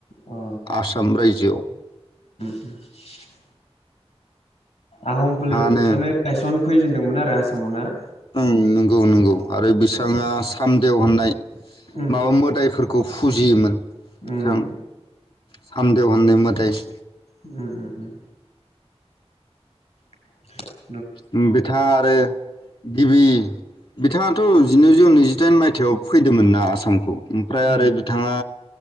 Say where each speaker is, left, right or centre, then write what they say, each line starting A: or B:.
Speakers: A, on the left (about 75°); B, on the left (about 60°).
A: अ
B: आसाम रायजोआव।
A: <unintelligible> आहम
B: बिथाङानो
A: फोलेर बिथांनो गायसन फैजेनदोंमोन आरो आसामाव ना।
B: ओं नोंगौ नोंगौ। आरो बिसाङा
A: अ
B: सान देव होननाय
A: उम
B: माबा मोदायफोर खौ फुजियोमोन। बिथां
A: उम।
B: सामदेव होननाय मोदायस
A: उम‌ उम उम। <unintelligible>
B: उम बिथाङा आरो गिबि बिथाङाथ' जिनैजौ नैजिदाइन मायथायाव फैदोंमोन ना आसामखौ ओमफ्राय आरो
A: उम
B: बिथाङा